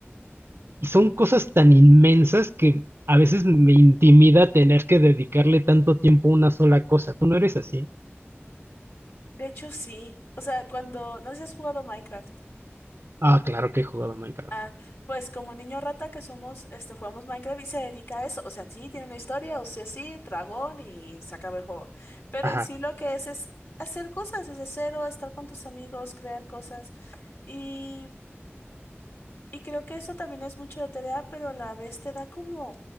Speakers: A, on the right (about 60°); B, on the left (about 60°).
A: Y son cosas tan inmensas que a veces me intimida tener que dedicarle tanto tiempo a una sola cosa. ¿Tú no eres así?
B: De hecho, sí. O sea, cuando, no sé si has jugado Minecraft.
A: Ah, claro que he jugado Minecraft.
B: Ah, pues como niño rata que somos, este, jugamos Minecraft y se dedica a eso. O sea, sí, tiene una historia, o sea, sí, dragón y se acaba el juego. Pero
A: Ajá.
B: en sí lo que es es hacer cosas desde cero, estar con tus amigos, crear cosas. y Y creo que eso también es mucho de TDA, pero a la vez te da como...